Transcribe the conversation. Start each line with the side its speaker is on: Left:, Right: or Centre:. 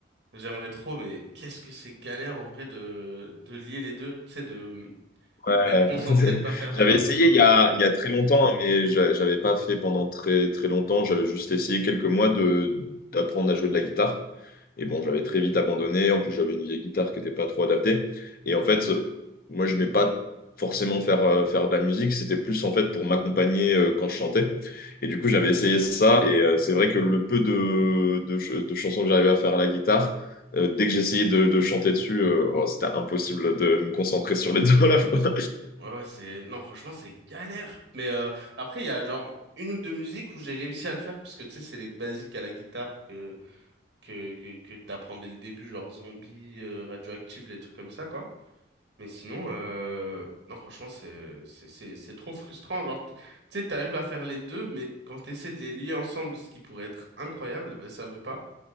Right: j'aimerais trop, mais qu'est-ce que c'est galère en vrai de, de lier les deux, tu sais, de,
Left: Ouais.
Right: d'être concentré,
Left: <laughs>
Right: de pas faire
Left: J'avais
Right: d'erreur
Left: essayé
Right: sur
Left: il
Right: les
Left: y a,
Right: deux
Left: il y a très longtemps, hein, mais j'a- j'avais pas fait pendant très très longtemps. J'avais juste essayé quelques mois de d'apprendre à jouer de la guitare. Et bon, j'avais très vite abandonné. En plus, j'avais une vieille guitare qui n'était pas trop adaptée. Et en fait, moi, je ne vais pas forcément faire, euh, faire de la musique. C'était plus en fait pour m'accompagner euh, quand je chantais. Et du coup, j'avais essayé ça. Et euh, c'est vrai que le peu de, de, ch- de chansons que j'arrivais à faire à la guitare, euh, dès que j'essayais de, de chanter dessus, euh, oh, c'était impossible de me concentrer sur les deux <laughs>
Right: Ouais, ouais, c'est... Non, franchement, c'est galère. Mais euh, après, il y a genre une ou deux musiques où j'ai réussi à le faire, parce que tu sais, c'est les basiques à la guitare que, que, que, que t'apprends dès le début, genre zombie, euh, radioactive, les trucs comme ça, quoi. Mais sinon, euh... non, franchement, c'est, c'est, c'est, c'est trop frustrant. Genre, t- tu sais, t'arrives à faire les deux, mais quand t'essaies de les lier ensemble, ce qui pourrait être incroyable, ben, ça veut pas.